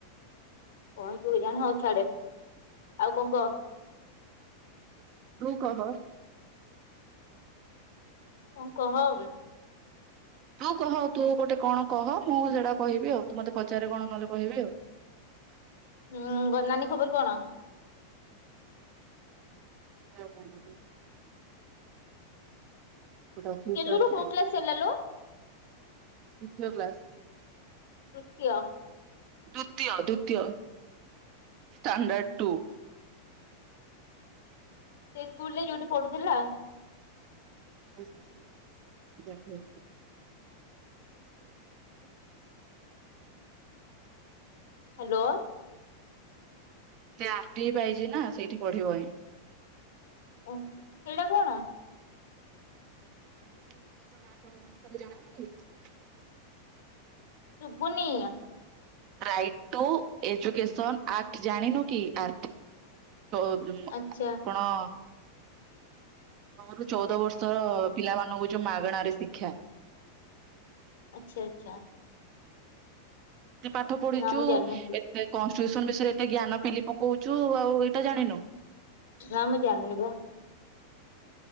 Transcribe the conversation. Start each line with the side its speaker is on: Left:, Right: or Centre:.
Left: କଣ ତୁ ଜାଣ ହଉ ଛାଡେ ଆଉ କଣ କହ।
Right: ତୁ କହ।
Left: କଣ କହ ଏବେ।
Right: ତୁ କହ ତୁ ଗୋଟେ କଣ କହ ମୁଁ ସେଇଟା କହିବି ଆଉ ତୁ ମତେ ପଚାରେ କଣ ନହେଲେ କହିବି ଆଉ।
Left: ହୁଁ ବଡନାନି ଖବର କଣ?
Right: ଆଉ କଣ କହୁଛୁ? ଗୋଟେ ଫିସ୍
Left: କେଲୁରୁ
Right: ଯାଉଛି।
Left: କୋଉ
Right: ଦିତୀୟ
Left: କ୍ଲାସ ହେଲା ଲୋ
Right: କ୍ଲାସ।
Left: ତୃତୀୟ।
Right: ଦ୍ଵିତୀୟ ଦ୍ଵିତୀୟ ଷ୍ଟାଣ୍ଡାର୍ଡ ଟୁ।
Left: ସେ ସ୍କୁଲ ରେ ଯୋଉଠି ପଢୁଥିଲା।
Right: <unintelligible> ଜାଭିୟର।
Left: ହ୍ୟାଲୋ।
Right: ସେ ଆରଟି ପାଇଛି ନା ସେଇଠି ପଢିବ ହିଁ।
Left: ଓହୋ ସେଇଟା କଣ?
Right: <unintelligible>
Left: ଶୁଭୁନି।
Right: ରାଇଟ ଟୁ ଏଜୁକସନ ଆକ୍ଟ ଜାଣିନୁ କି ଆ- <unintelligible>
Left: ଆଚ୍ଛା।
Right: କଣ? ଛଅରୁ ଚଉଦ ବର୍ଷର ପିଲାମାନଙ୍କୁ ଯୋଉ ମାଗଣାରେ ଶିକ୍ଷା।
Left: ଆଛା ଆଛା।
Right: ଏତେ ପାଠ ପଢିଛୁ
Left: ନା ମୁଁ ଜାଣିନଥିଲି
Right: ଏତେ କ ଟ୍ୟୁସନ ବିଷୟରେ ଏତେ ଜ୍ଞାନ ପିଲି ପକଉଛୁ ଆଉ ଏଇଟା ଜାଣିନୁ?
Left: ନାମ ମୁ ଜାଣିନିବା।